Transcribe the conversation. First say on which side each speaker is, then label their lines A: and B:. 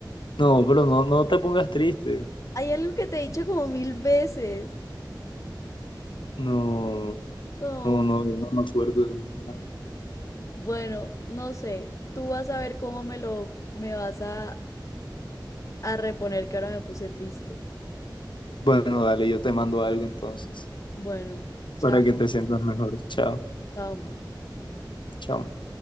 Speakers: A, on the left; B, on the left.
A: No, pero no, no te pongas triste.
B: hay algo que te he dicho como mil veces.
A: No,
B: No,
A: no, no, yo no me acuerdo de más nada.
B: bueno, no sé. Tú vas a ver cómo me lo me vas a a reponer que ahora me puse triste.
A: Bueno, dale, yo te mando algo entonces,
B: Bueno, chao,
A: para que te sientas mejor. Chao,
B: chao, amor.
A: chao.